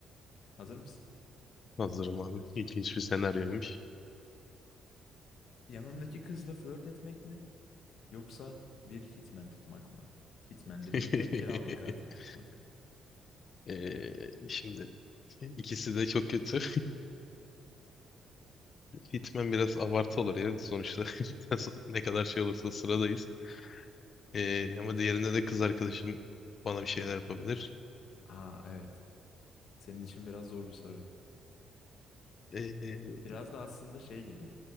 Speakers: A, on the left (about 70°); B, on the left (about 50°).
A: Hazır mısın?
B: Hazırım abi. İlginç bir senaryoymuş.
A: Yanındaki kızla flört etmek mi? Yoksa bir hitman tutmak mı? Hitman
B: <laughs>
A: dediğimde kiralık katil tutmak.
B: Ee, şimdi ikisi de çok kötü. <laughs> Hitman biraz abartı olur ya. Sonuçta <laughs> ne kadar şey olursa sıradayız. Ee, ama diğerinde de kız arkadaşım bana bir şeyler yapabilir.
A: Aa evet. Senin için biraz zor bir soru.
B: Ee,
A: Biraz da aslında şey gibi.